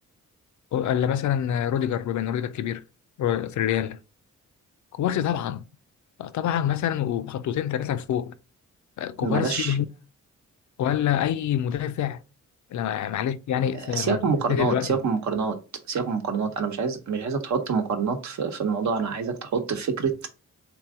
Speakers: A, on the left (about 70°); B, on the right (about 65°).
A: ولا مثلا روديجر بما ان روديجر كبير آه، في الريال كوبارسي طبعا طبعا مثلا وبخطوتين ثلاثه لفوق آه، كوبارسي
B: بلاش
A: ولا اي مدافع لا يعني معلش يعني في
B: سيبك
A: منتخب
B: من المقارنات
A: دلوقتي
B: سيبك من المقارنات سيبك من المقارنات أنا مش عايز مش عايزك تحط مقارنات في, في الموضوع أنا عايزك تحط في فكرة